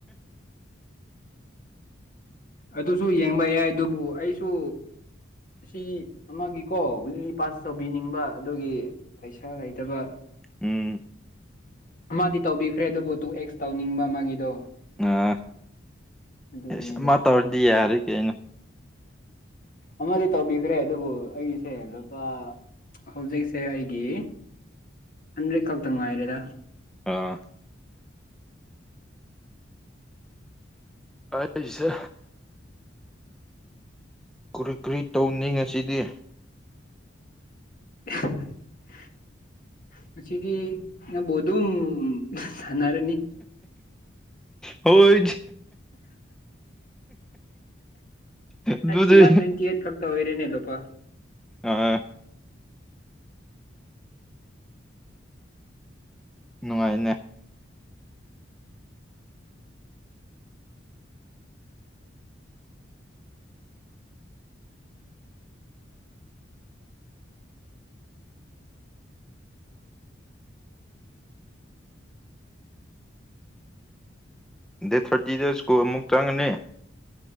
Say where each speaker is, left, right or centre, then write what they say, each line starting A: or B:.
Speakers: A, on the left; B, in the centre.
A: ꯑꯗꯨꯁꯨ ꯌꯦꯡꯕ ꯌꯥꯏ ꯗꯨꯕꯨ ꯑꯩꯁꯨ ꯑꯁꯤ ꯑꯃꯒꯤꯀꯣ ꯋꯤꯛꯂꯤ ꯄꯥꯁ ꯇꯧꯕꯤꯅꯤꯡꯕ ꯑꯗꯨꯒꯤ ꯄꯩꯁꯥ ꯂꯩꯇꯕ
B: ꯎꯝ
A: ꯑꯃꯗꯤ ꯇꯧꯕꯤꯈ꯭ꯔꯦ ꯑꯗꯨꯕꯨ ꯇꯨ ꯑꯦꯛꯁ ꯇꯧꯅꯤꯡꯕ ꯑꯃꯒꯤꯗꯣ
B: ꯑꯥ
A: ꯑꯗꯨꯒꯤꯅꯤꯗ
B: ꯏꯁ ꯑꯃ ꯇꯧꯔꯗꯤ ꯌꯥꯔꯦ ꯀꯩꯅꯣ
A: ꯑꯃꯗꯤ ꯇꯧꯕꯤꯈ꯭ꯔꯦ ꯑꯗꯨꯕꯨ ꯑꯩꯁꯦ ꯂꯨꯄꯥ ꯍꯧꯖꯤꯛꯁꯦ ꯑꯩꯒꯤ ꯍꯟꯗ꯭ꯔꯦꯠ ꯈꯛꯇ ꯉꯥꯏꯔꯦꯔ
B: ꯑꯥ ꯑ ꯑꯩꯁꯦ ꯀꯨꯔꯤ ꯀꯨꯔꯤ ꯇꯧꯅꯤ ꯉꯁꯤꯗꯤ
A: <inaudible> ꯉꯁꯤꯗꯤ ꯅꯪꯕꯨ ꯑꯗꯨꯝ ꯁꯥꯅꯔꯅꯤ
B: ꯍꯣꯏ ꯑꯗꯨꯗꯤ
A: ꯑꯩꯒꯤ ꯋꯥꯟ ꯇ꯭ꯋꯦꯟꯇꯤ ꯑꯦꯠ ꯈꯛ ꯇ ꯑꯣꯏꯔꯦꯅꯦ ꯂꯨꯄꯥ
B: ꯑꯥ ꯅꯨꯡꯉꯥꯏꯅꯦ ꯗꯦ ꯊ꯭ꯔꯇꯤꯗ ꯁ꯭ꯀꯨꯜ ꯑꯃꯨꯛ ꯆꯪꯉꯅꯤ